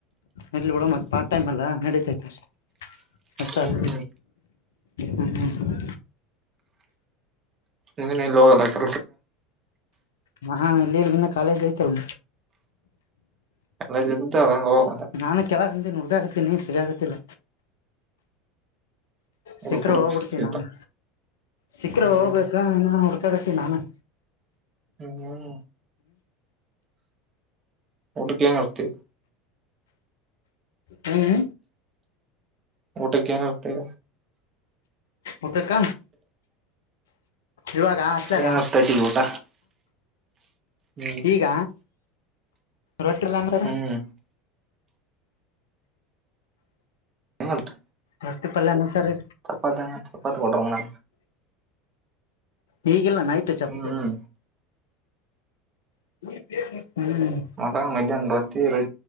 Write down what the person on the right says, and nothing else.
ಹ್ಮ್
ಹ ಎಲ್ಲಿ ಹೋಗಲ್ಲಸ
ಎಲ್ಲ ಜ್ದ ಅದಗೆ ಹೋಗಂತ
ಹುಡುಕ್
ಹುಡುಕ್
ಸಿಗ್ತಾವ
ಹ್ಮ್
ಹ್ಮ್ ಊಟಕ್ಕೆ ಏನ್ ಇರ್ತಿ
ಊಟ ಕನ್ ಅರ್ತಗ
ಏನ್ ತಡ್ಡಿ ಊಟ ಹ್ಮ್
ಹ್ಮ್ ಎಲ್ತ್
ಚಪ್ಪಾತ ಚಪ್ಪಾತ್ ಕೊಡೋ ನ
ಹ್ಮ್
ಮೊಟಾ ಮಧ್ಯಾಹ್ ರಟ್ಟಿ ರೊ